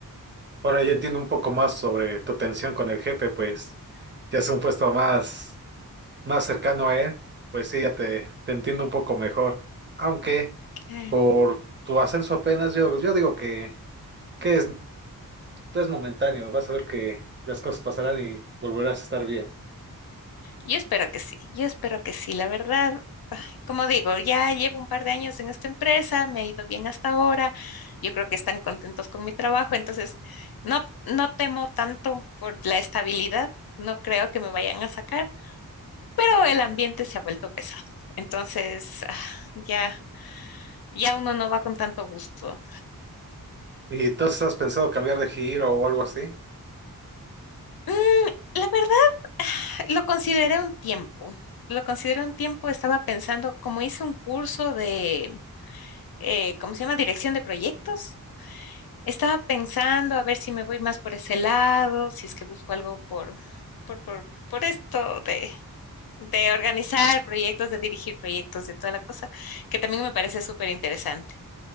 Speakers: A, on the right; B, on the left.
A: Ahora ya entiendo un poco más sobre tu tensión con el jefe, pues ya es un puesto más, más cercano a él, pues sí, ya te, te entiendo un poco mejor. Aunque
B: Claro.
A: por tu ascenso apenas yo, yo digo que, que es, es momentáneo, vas a ver que las cosas pasarán y volverás a estar bien.
B: Yo espero que sí, yo espero que sí, la verdad. como digo, ya llevo un par de años en esta empresa, me ha ido bien hasta ahora, yo creo que están contentos con mi trabajo, entonces no, no temo tanto por la estabilidad, no creo que me vayan a sacar, pero el ambiente se ha vuelto pesado, entonces ah, ya, ya uno no va con tanto gusto.
A: ¿Y entonces has pensado cambiar de giro o algo así?
B: Mm, la verdad, lo consideré un tiempo, lo consideré un tiempo, estaba pensando, como hice un curso de, eh, ¿cómo se llama? Dirección de proyectos. Estaba pensando a ver si me voy más por ese lado, si es que busco algo por, por, por, por esto de, de organizar proyectos, de dirigir proyectos, de toda la cosa, que también me parece súper interesante.